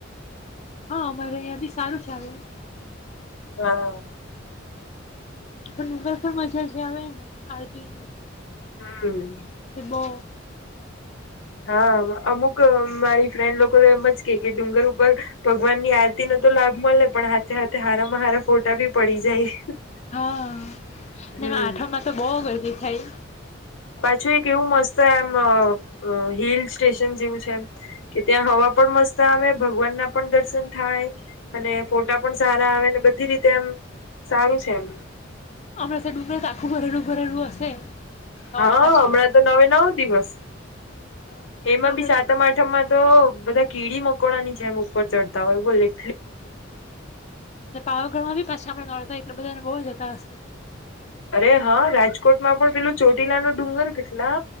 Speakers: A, on the left; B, on the left.
A: હા અમારે અહીંયા બી સારું ચાલું
B: હા
A: પણ ઉગા પણ મજા જે આવે ને આરતીની ને
B: હું
A: શ બો
B: હા અમુક મારી ફ્રેન્ડ લોકો તો એમ જ કે કે ડુંગર ઉપર ભગવાન ની આરતી ન તો લાભ મળે પણ હથે હાથે હારામાં હારા ફોટા ભી પડી જાય
A: હા
B: હમ
A: આઠો માં તો બહ બધી થાય
B: કેવું મસ્ત એમ અ હિલ સ્ટેશન જેવું છેમ કે ત્યાં હવા પણ મસ્ત આવે ભગવાનના પણ દર્શન થાય અને ફોટા પણ સારા આવે અને બધી રીતે એમ સારું છે એમ
A: અમરા સારા આખું ઘરેલું ઘરેનુંું હશે નોરતા
B: હા
A: ચાલે
B: હમણાં
A: છે
B: તો નવે નવ દિવસ
A: હા
B: એમાં
A: ને હમણાં
B: બી સાતમ આઠમમાં તો બધા કીડી મકોડાની જેમ ઉપર ચડતા હોય બોલે
A: પાવ ગરમાં બી પાછી આપડ એટલે બધાને બહુ જતા હશે
B: અરે હા રાજકોટમાં પણ પેલું ચોટીલા ન ડુંગર કેટલા